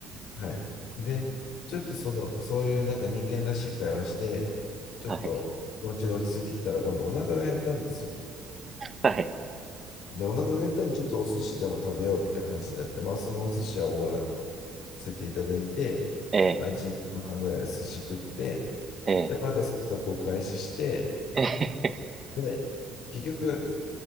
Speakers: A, on the left; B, on the right.
A: はい。で、ちょっとその、そういうなんか人間らしい会話して、ちょっと気持ちが落ち着いてきたら今度お腹が減ったんですよ。
B: はい、はい。
A: で、お腹が減ったんでちょっとお寿司でも食べようって話になって、まあそのお寿司はおごらせていただいて、
B: え、
A: まあ1時間半ぐらい寿司食って、
B: え、ええ、
A: で、また捜索を開始して、
B: <laughs> ええ、
A: で、結局